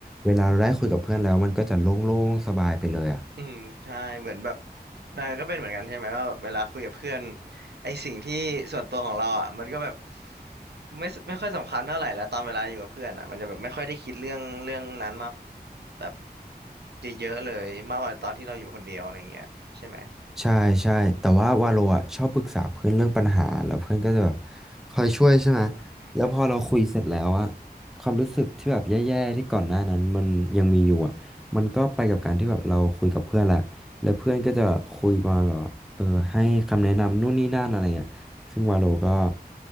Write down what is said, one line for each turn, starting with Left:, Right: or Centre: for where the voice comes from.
Centre: เวลาเราได้คุยกับเพื่อนแล้วมันก็จะโล่งๆสบายไปเลยอะ
Right: อืมใช่เหมือนแบบนายก็เป็นเหมือนกันใช่ไหมว่าแบบเวลาคุยกับเพื่อนไอสิ่งที่ส่วนตัวของเราอ่ะมันก็แบบไม่ไม่ค่อยสำคัญเท่าไหร่แล้วตอนเวลาอยู่กับเพื่อนอ่ะมันจะแบบไม่ค่อยได้คิดเรื่องเรื่องนั้นมากแบบเยอะๆเลยมากกว่าตอนที่เราอยู่คนเดียวอะไรเงี้ยใช่ไหม
Centre: ใช่ใช่แต่ว่าวาโลอ่ะชอบปรึกษาเพื่อนเรื่องปัญหาแล้วเพื่อนก็จะแบบคอยช่วยใช่ไหม
Right: อืมอืม
Centre: แล้วพอเราคุยเสร็จแล้วอะความรู้สึกที่แบบแย่ๆที่ก่อนหน้านั้นมันยังมีอยู่อะมันก็ไปกับการที่แบบเราคุยกับเพื่อนแหละแล้วเพื่อนก็จะคุยประมาณแบบว่าเออให้คำแนะนำนู่นนี่นั่นอะไรเงี้ยซึ่งวาโลก็